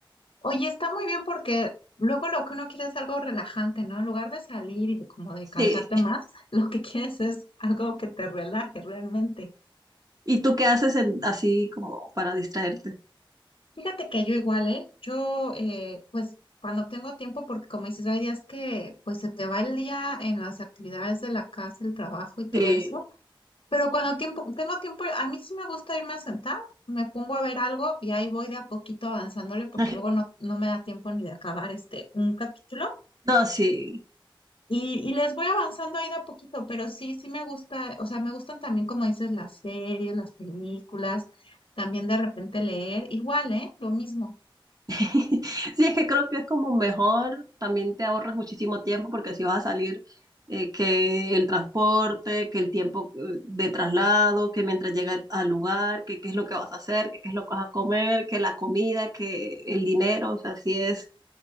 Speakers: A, on the left (about 85°); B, on the right (about 45°).
A: Oye, está muy bien porque luego lo que uno quiere es algo relajante, ¿no? En lugar de salir y de- como de
B: Sí.
A: cansarte más, <laughs> lo que quieres es algo que te relaje realmente.
B: ¿Y tú qué haces en- así como para distraerte?
A: Fíjate que yo igual, ¿eh? Yo, eh, pues, cuando tengo tiempo, porque como dices, hay días que, pues, se te va el día en las actividades de la casa, el trabajo y todo
B: Sí.
A: eso. Pero cuando tiempo, tengo tiempo, a mí sí me gusta irme a sentar, me pongo a ver algo y ahí voy de a poquito avanzándole
B: <laughs>
A: porque luego no, no me da tiempo ni de acabar este un capítulo.
B: No, sí.
A: Y, y les voy avanzando ahí de a poquito, pero sí, sí me gusta, o sea, me gustan también, como dices, las series, las películas, también de repente leer, igual, ¿eh? Lo mismo.
B: <laughs> Sí, es que creo que es como mejor, también te ahorras muchísimo tiempo porque si vas a salir, eh, que el transporte, que el tiempo eh, de traslado, que mientras llegas al lugar, que qué es lo que vas a hacer, que qué es lo que vas a comer, que la comida, que el dinero, o sea, sí es